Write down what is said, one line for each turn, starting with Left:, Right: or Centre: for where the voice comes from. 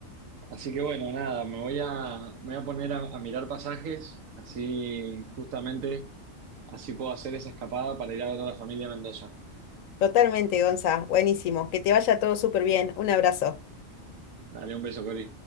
Right: así que bueno, nada, me voy a, me voy a poner a, a mirar pasajes, así justamente, así puedo hacer esa escapada para ir a ver a la familia de Mendoza.
Left: Totalmente, Gonza. Buenísimo. Que te vaya todo súper bien. Un abrazo.
Right: Dale un beso, Cori.